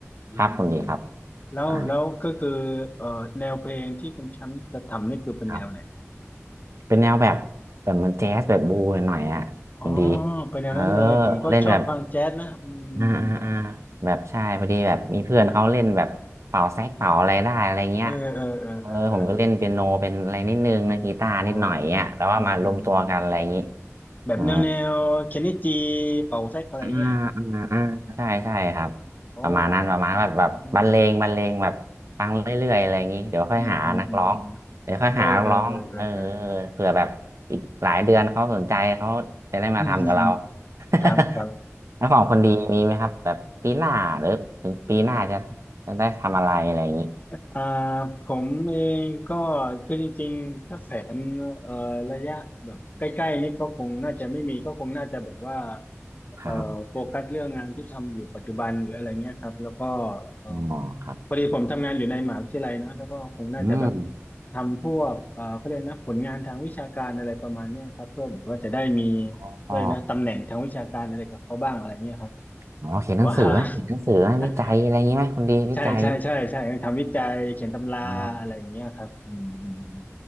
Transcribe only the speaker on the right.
ครับคุณดีครับ
อ่ครับเป็นแนวแบบแบบเหมันแจ๊สแบบบูหน่อยๆอ่ะคุณดี
เออเล่นแบบอ่าอ่าอ่าแบบใช่พอดีแบบมีเพื่อนเขาเล่นแบบเป่าแซกเป่าอะไรได้อะไรเงี้ย
เออผมก็เล่นเปียโนเป็นอะไรนิดนึงเล่นกีตาร์นิดหน่อยเงี้ยแล้วว่ามารวมตัวกันอะไรอย่างงี้
เออ
อ่าอ่าอ่าใช่ใช่ครับ
ประมาณนั้นประมาณแบบแบบบรรเลงบรรเลงแบบฟังเรื่อยๆอะไรอย่างนี้เดี๋ยวค่อยหานักร้องเดี๋ยวค่อยหานักร้องเออ
เผื่อแบบอีกหลายเดือนเขาสนใจเขาจะได้มาทำกับเรา
<laughs>
แล้วของคนดีมีไหมครับแบบปีหน้าหรือถึงปีหน้าจะจะได้ทำอะไรอะไรอย่างนี้
ครับ
อ๋อครับ
อืม
อ๋อ
อ๋อเขียนหนังสือไหมเขียนหนังสือไหมวิจัยอะไรอย่างนี้ไหมคนดีวิจัย
อ๋อ